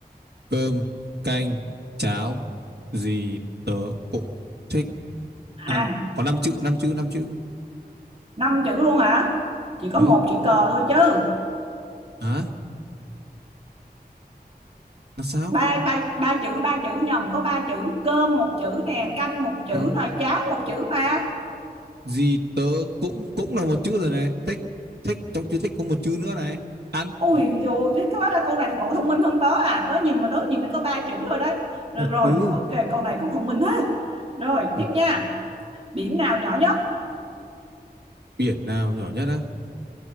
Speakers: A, on the right; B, on the right.
A: cơm, canh, cháo, gì tớ cũng thích ăn.
B: Ăn
A: Có 5 chữ, 5 chữ, 5 chữ.
B: năm chữ luôn hả? Chỉ có
A: Ờ,
B: một chữ cờ thôi chứ.
A: hả? Là sao?
B: Ba ba ba chữ ba chữ nhầm có ba chữ, cơm một chữ nè, canh một chữ
A: Ừ.
B: nè, cháo một chữ mà.
A: Gì tớ cũng cũng là một chữ rồi này. Thích, thích, trong chữ thích có một chữ nữa này. Ăn.
B: Ôi rồi thế quá là câu này cậu thông minh hơn tớ à, tớ nhìn mà tớ nhìn nó có ba chữ rồi đấy. Được rồi,
A: Ừ.
B: ok, câu này cậu thông minh thế. Rồi,
A: Ừ.
B: tiếp nha. Biển nào nhỏ nhất?
A: Biển nào nhỏ nhất á?